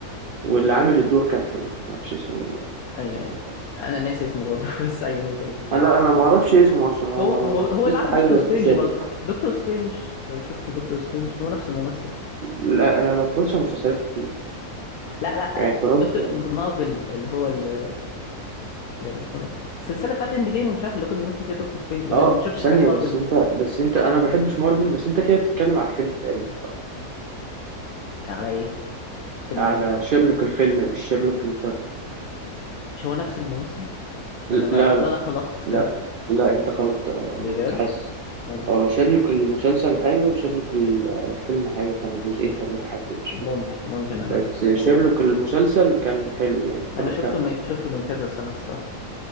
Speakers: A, on the right; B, on the left.
A: واللي عامل الدور كان حلو معرفش اسمه ايه يعني
B: ايوه
A: بس هو
B: ايوه
A: كان حلو
B: انا ناسي اسمه برضه <laughs> بس ايوه هو كان لطيف
A: آه، لا انا معرفش اسمه اصلا هو
B: هو هو
A: انا ما
B: هو
A: شفتوش
B: اللي عمل
A: في حاجة
B: دكتور
A: غير
B: سترينج
A: في شيرلوك
B: برضه دكتور سترينج لو شفت دكتور سترينج هو نفس الممثل
A: لا انا ما اتفرجتش على مسلسلات كتير
B: لا لا
A: يعني
B: آه،
A: اتفرجت
B: دكتور مارفل اللي هو الاندي اسمه ده السلسله بتاعت اند جيم ومش عارف اللي هو كان بيمثل فيها دكتور سترينج ولا
A: اه
B: انت ما شفتش حاجات
A: ثانية
B: مارفل
A: بس انت بس انت انا ما بحبش مارفل بس انت كده بتتكلم على الفيلم تقريبا بقى
B: على ايه فيلم
A: على
B: ايه بالظبط
A: شيرلوك الفيلم مش شيرلوك المسلسل
B: مش هو نفس الممثل ولا
A: ل-
B: انا
A: لا
B: ولا
A: لا
B: انا خلطت
A: لا
B: كده
A: لا انت غلطت اه
B: بجد
A: انا كنت حاسس
B: ممكن
A: اه شيرلوك المسلسل حاجة وشيرلوك الفيلم حاجة كانوا جزئين تلاتة حاجة كده مش
B: ممكن
A: فاكر
B: ممكن
A: بس
B: انا لخبطت
A: شيرلوك المسلسل كان حلو يعني اتفرجت
B: انا شفته
A: عليه
B: من شفته من كذا سنه الصراحه